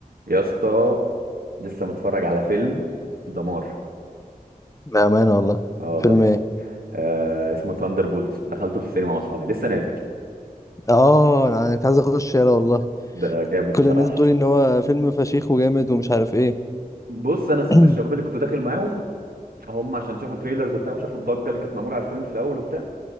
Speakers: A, on the right; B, on the left.
A: يا اسطى لسه متفرج على فيلم دمار
B: بأمانة والله
A: اه والله
B: فيلم ايه
A: آه اسمه ثاندر بولتس دخلته في السينما مع اصحابي لسه نازل
B: اه انا أنا كنت عايز اخش يلا والله
A: ده جامد
B: كل
A: بصراحه
B: الناس بتقولي ان هو فيلم فشيخ وجامد ومش عارف ايه
A: بص انا الس-
B: <clears throat>
A: الشباب اللي كنت داخل معاهم هم عشان شافوا تريلرز وبتاع وشافوا الضجه اللي كانت معموله على الفيلم في الاول وبتاع